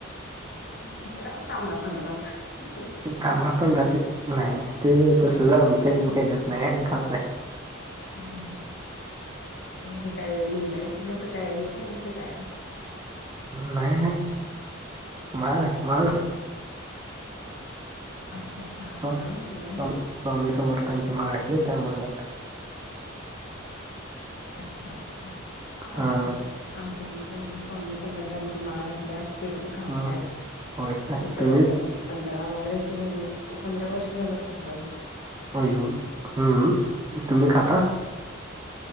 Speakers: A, on the left; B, on the right.
A: दुसरा पण तांबडा पांढर रस्सा.
B: तांबडा पांढरा ते नाही नाही ते तसलं आमच्या हे ज्यात नाही आम्ही खात नाही.
A: हम्म हम्म म्हणजे काय लिंगायत <unintelligible> काय हे केलंय का काय?
B: नाही नाही मला नाही माळ घातली.
A: अच्छा अच्छा
B: आहे
A: माळ घातली.
B: स्वामी स्वामी समर्थांची माळ घातलीय त्यामुळे नाही खात.
A: अच्छा अच्छा चांगलं
B: हा
A: आहे की, आमच्या मम्मी पण स्वामी समर्थांची माळ घातलीया. ती पण खात
B: ह
A: नाही
B: होय काय
A: ती तर
B: तुम्ही
A: पंधरा वर्ष झालं, पंधरा वर्ष झालं खात नाही.
B: <unintelligible> मग तुम्ही खाता?